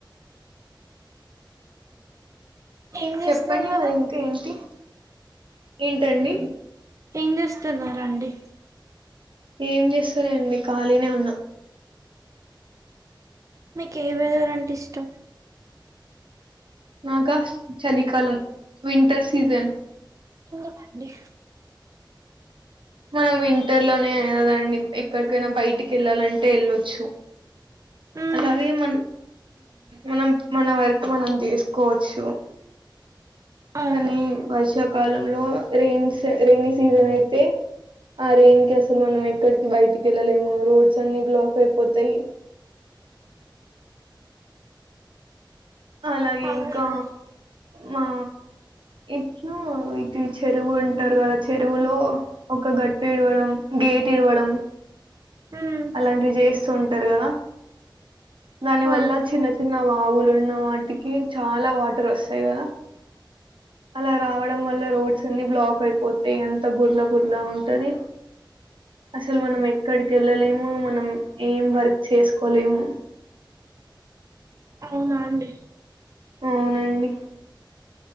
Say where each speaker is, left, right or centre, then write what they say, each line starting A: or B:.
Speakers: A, on the right; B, on the right.
A: ఏం చేస్తున్నారు
B: చెప్పండి మరి ఇంకా ఏంటి ఏంటండి
A: ఏం చేస్తున్నండి
B: ఏం చేస్తారండి ఖాళీనే ఉన్నా
A: మీకు ఏ విధాల అంటే ఇష్టం
B: నాగా చలికాలం వింటర్ సీజన్
A: ఇంగ ఫండి
B: మనం వింటర్ లోనే అయి కదండి ఎక్కడికైనా బయటికి వెళ్ళాలంటే వెళ్ళొచ్చు
A: మ్మ్
B: అలాగే మన మనం మన వరకు మనం చేసుకోవచ్చు
A: అవును
B: కానీ వర్షాకాలంలో రైన్ రైైన సీజన్ అయితే ఆ రెయిన్ కి అసలు మనం ఎక్కడికి బయటికి వెళ్ళలేము రోడ్స్ అన్ని బ్లాక్ అయిపోతాయి అలాగే
A: అవునా
B: ఇంకా మా ఇట్లు ఇటు చెరువు ఉంటారు కదా చెరువులో ఒక గట్టి ఇడవడం గేట్ ఇడవడం
A: మ్మ్
B: అలాంటివి చేస్తూ ఉంటారు కదా దాని వల్ల
A: అవును
B: చిన్న చిన్న నా ఆగులు ఉన్న వాటికి చాలా వాటర్ వస్తాయి కదా అలా రావడం వల్ల రోడ్స్ బ్లాక్ అయిపోతాయి ఎంత బురద బురద ఉంటది అసలు మనం ఎక్కడికి వెళ్ వెళ్లలేము మనం ఏం వర్క్ చేసుకోలేము
A: అవునా అండి
B: అవునండి